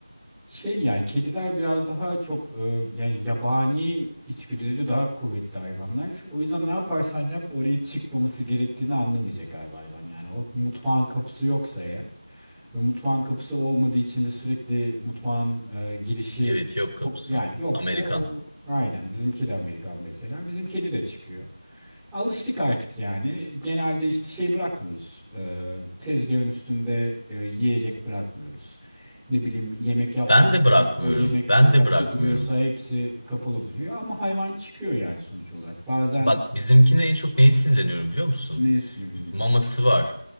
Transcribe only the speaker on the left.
Evet yok kapısı.
Amerikan.
Ben de bırakmıyorum.
Ben
de bırakmıyorum.
Bak bizimkine en çok neye sinirleniyorum biliyor musun?
Maması var.